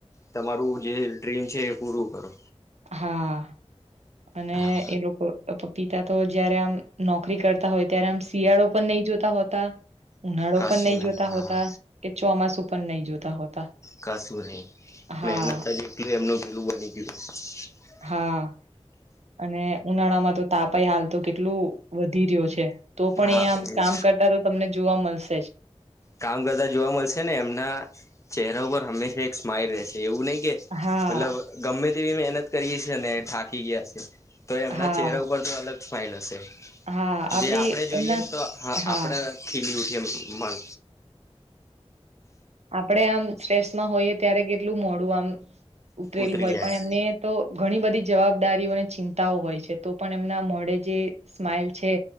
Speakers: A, on the left; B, on the right.
A: તમારું જે ડ્રીમ છે એ પૂરું કરો
B: હા અને
A: હા
B: એ લોકો પિતા તો જયારે આમ નોકરી કરતા હોય ત્યારે આમ શિયાળો પણ નહી જોતા હોતા ઉનાળો
A: કશું
B: પણ નહી જોતા
A: હા
B: હોતા કે ચોમાસું પણ નહી જોતા હોતા.
A: કશું નહી
B: હા,
A: મહેનતટલું એમનું પેલું બની ગયું છે
B: હા અને ઉનાળામાં તો તાપાઈ હાલ તો કેટલું વધી રહ્યો છે તો પણ
A: હા
B: અહીંયામ
A: એજ
B: કામ કરતા તો તમને જોવા મળશે જ
A: કામ કરતા જોવા મળશે ને એમના ચહેરા ઉપર હંમેશા એક સ્માઈલ રહેશે એવું નહી કે
B: હા,
A: મતલબ ગમે તેવી મહેનત કરીએ છે થાકી ગયા છે તો એમના
B: હા,
A: ચહેરા ઉપર તો અલગ ફાઇલ હશે
B: હા, આપડી
A: જે આપડે જોઈએ
B: એમના
A: ને તો
B: હા,
A: આપણેે ખીલી ઉઠીએ મન
B: આપડે આમ સ્ટ્રેસમાં હોઈએ ત્યારે કેટલું મોડું આમ ઉતરેલું
A: ઉતરી
B: હોય
A: જાય
B: પણ એમને તો ઘણી બધી જવાબદારીઓ અને ચિંતાઓ હોય છે તો પણ એમના મોડે જે સ્માઈલ છે